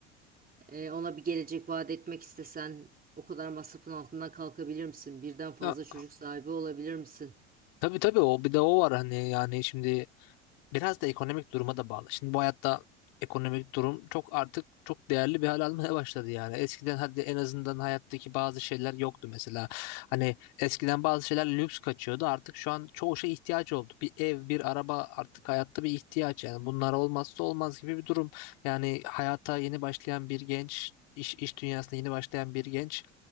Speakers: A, on the right; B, on the left.
A: E, ona bir gelecek vaat etmek istesen o kadar masrafın altından kalkabilir misin? Birden fazla
B: Ya,
A: çocuk sahibi olabilir misin?
B: tabii tabii o bir de o var hani yani şimdi biraz da ekonomik duruma da bağlı. Şimdi bu hayatta ekonomik durum çok artık çok değerli bir hal almaya <laughs> başladı yani. Eskiden hadi en azından hayattaki bazı şeyler yoktu mesela. Hani eskiden bazı şeyler lüks kaçıyordu. Artık şu an çoğu şey ihtiyaç oldu. Bir ev, bir araba artık hayatta bir ihtiyaç yani. Bunlar olmazsa olmaz gibi bir durum. Yani hayata yeni başlayan bir genç iş, iş dünyasına yeni başlayan bir genç